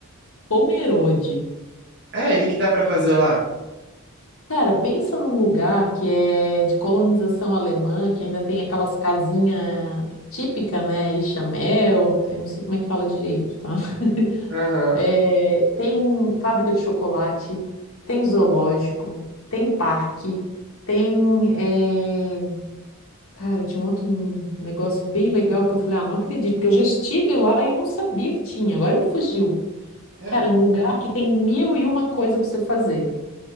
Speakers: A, on the left; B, on the right.
A: Pomerode.
B: É, o que que dá pra fazer lá?
A: Cara, pensa num lugar que é de colonização alemã, que ainda tem aquelas casinhas típicas, né? E chamel, eu não sei como é que fala direito, tá? <laughs>
B: Aham,
A: É, tem fábrica de chocolate, tem zoológico, tem parque, tem. é, Cara, tinha um outro negócio bem legal que eu falei, ah, não acredito, porque eu já estive lá e eu não sabia que tinha, agora me fugiu.
B: é.
A: Cara, é um lugar que tem mil e uma coisa para você fazer.